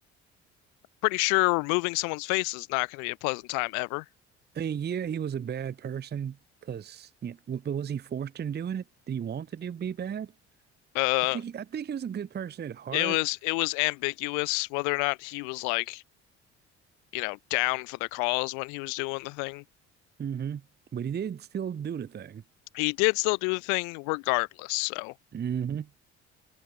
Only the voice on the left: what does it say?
Pretty sure removing someone's face is not gonna be a pleasant time ever.
Uh,
it was it was ambiguous whether or not he was like, you know, down for the cause when he was doing the thing.
He did still do the thing regardless, so.